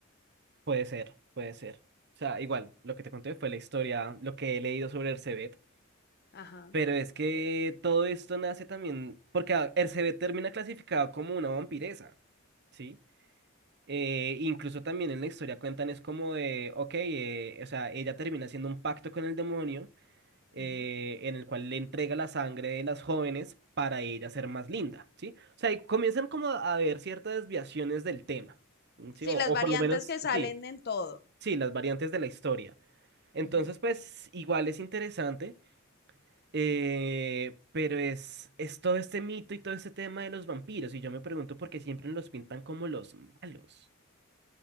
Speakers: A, on the right (about 55°); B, on the left (about 50°).
A: puede ser, puede ser. O sea, igual, lo que te conté fue la historia, lo que he leído sobre Ercebet.
B: Ajá.
A: Pero es que todo esto nace también, porque a- Ercebet termina clasificado como una vampiresa, ¿sí? Eh, incluso también en la historia cuentan es como de, ok, eh, o sea, ella termina haciendo un pacto con el demonio eh,
B: ujú.
A: en el cual le entrega la sangre de las jóvenes para ella ser más linda, ¿sí? O sea, y comienzan como a haber ciertas desviaciones del tema, ¿sí?
B: Sí,
A: O,
B: las
A: o
B: variantes
A: por lo menos,
B: que salen
A: sí,
B: en todo.
A: sí, las variantes de la historia. Entonces,
B: Ujú.
A: pues, igual es interesante, eh, pero es, es todo este mito y todo este tema de los vampiros, y yo me pregunto por qué siempre los pintan como los malos.